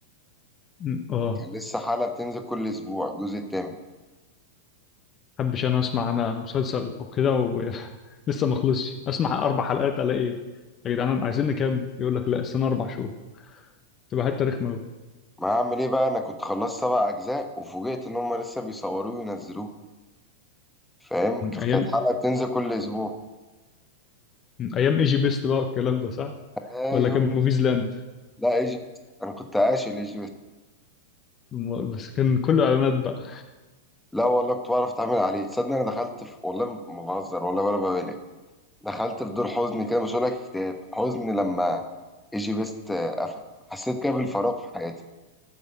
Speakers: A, on the left (about 30°); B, in the centre.
A: مم. اه
B: كان لسه حلقة بتنزل كل أسبوع الجزء التامن
A: حبش انا اسمع انا مسلسل او كده و... <laughs> لسه ما خلصش اسمع اربع حلقات الاقي يا جدعان عايزين نكمل يقول لك لا السنه اربع شهور تبقى حته رخمه قوي
B: ما هعمل إيه بقى أنا كنت خلصت سبع أجزاء وفوجئت إن هما لسه بيصوروه وينزلوه فاهم كانت
A: ايام
B: حلقة بتنزل كل أسبوع
A: مم. ايام ايجي بيست بقى والكلام ده صح
B: أيوه
A: ولا كان موفيز لاند
B: لا إيجيبت أنا كنت عاشق لإيجيبت
A: م- بس كان كله اعلانات بقى
B: لا والله كنت بعرف أتعامل عليه تصدق أنا دخلت في والله ما بهزر والله ولا ببالغ دخلت في دور حزن كده مش هقولك اكتئاب حزن لما إيجيبت آه، قفل حسيت كده بالفراغ في حياتي